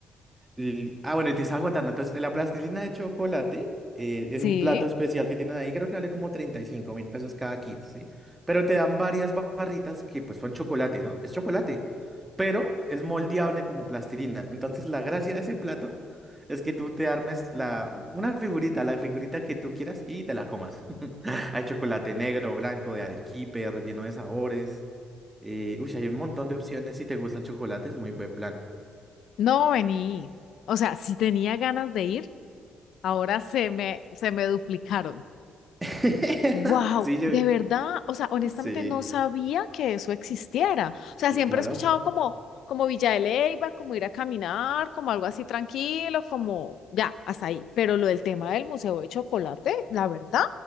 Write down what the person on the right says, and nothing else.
Li- Ah, bueno, y te estaba contando. Entonces, la plastilina de chocolate eh, es
un plato especial que tienen ahí. Creo que vale como treinta y cinco mil pesos cada kit, ¿sí? Pero te dan varias ba- barritas que pues son chocolate, ¿no? Es chocolate, pero es moldeable como plastilina. Entonces, la gracia de ese plato es que tú te armes la, una figurita, la figurita que tú quieras y te la comas. <laughs> Hay chocolate negro, blanco, de arequipe, relleno de sabores. Eh, uy, hay un montón de opciones. Si te gusta el chocolate, es muy buen plan.
<laughs>
Sí, yo...
Sí.
Sí,
claro.